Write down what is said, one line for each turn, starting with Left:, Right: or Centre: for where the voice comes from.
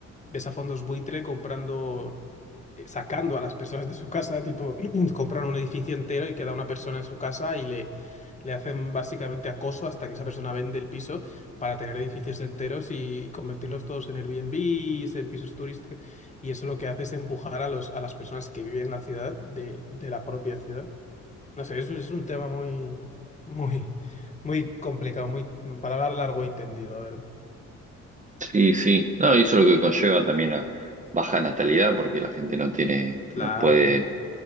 Left: ves a fondos buitre comprando, eh, sacando a las personas de su casa, tipo, <clears throat> compran un edificio entero y queda una persona en su casa y le, le hacen básicamente acoso hasta que esa persona vende el piso para tener edificios enteros y convertirlos todos en Airbnb, en pisos turísticos. Y eso lo que hace es empujar a los, a las personas que viven en la ciudad de, de la propia ciudad. No sé, eso es un tema muy, muy, muy complicado, muy, para hablar largo y tendido, la ¿verdad?
Right: Sí, sí, no, y eso es lo que conlleva también a baja natalidad, porque la gente no tiene,
Left: Claro.
Right: no puede,